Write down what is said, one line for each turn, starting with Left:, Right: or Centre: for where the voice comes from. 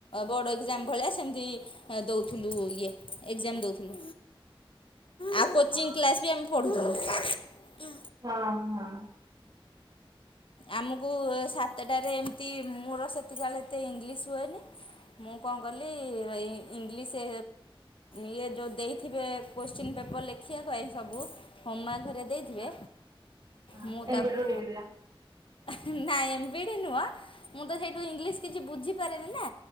Left: ବୋର୍ଡ ଏକ୍ସାମ୍ ଭଳିଆ ସେମିତି ଦଉଥିଲୁ ଇଏ ଏକ୍ଜାମ ଦଉଥିଲୁ। ଆଉ କୋଚିଂ
Right: ହଁ
Left: କ୍ଲାସ ବି ଆମେ ପଢୁଥିଲୁ।
Right: ହଁ ହଁ।
Left: ଆମକୁ ସାତଟାରେ ଏମିତି ମୋର ସେତିକା ବେଳେ ଏତେ ଇଂଲିଶ ହୁଏନି। ମୁଁ କଣ କଲି ର ଇଂଲିଶ ସେ ଇଏ ଯେଉ ଦେଇଥିବେ କୋଶ୍ଚିନ୍ ପେପର୍ ଲେଖିବା ପାଇଁ ସବୁ ହୋମାର୍କ ଥରେ ଦେଇଥିବେ,
Right: ହଁ ହଁ
Left: ମୁଁ ତାକୁ
Right: ଏବେଠୁ ଟିପିଦିଅ
Left: ନାଇଁ ଏମ୍ ବି ଡି ନୁଅ ମୁଁ ତ ସେଇଠୁ ଇଂଲିଶ କିଛି ବୁଝି ପାରେନି ନା